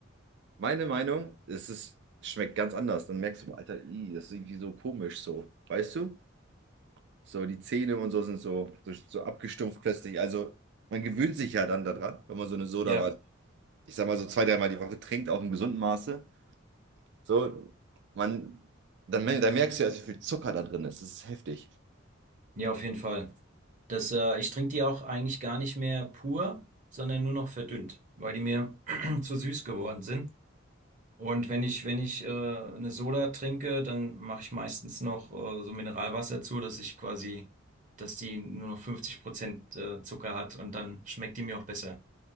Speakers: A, on the right (about 60°); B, on the right (about 40°).
A: meine Meinung, es ist, schmeckt ganz anders. Dann merkst du, Alter, ih, das ist irgendwie so komisch so. Weißt du? So die Zähne und so sind so, so, so abgestumpft plötzlich. Also man gewöhnt sich ja dann daran, wenn man so eine Soda
B: Ja,
A: mal ich sag mal so zwei, dreimal die Woche trinkt, auch im gesunden Maße, so, man, dann, mer- dann merkst du ja, also, wie viel Zucker da drin ist. Das ist heftig.
B: ja, auf jeden Fall. Das, äh, ich trinke die auch eigentlich gar nicht mehr pur, sondern nur noch verdünnt, weil die mir <clears throat> zu süß geworden sind. Und wenn ich, wenn ich äh, eine Soda trinke, dann mache ich meistens noch äh, so Mineralwasser zu, dass ich quasi, dass die nur noch 50 Prozent äh, Zucker hat und dann schmeckt die mir auch besser.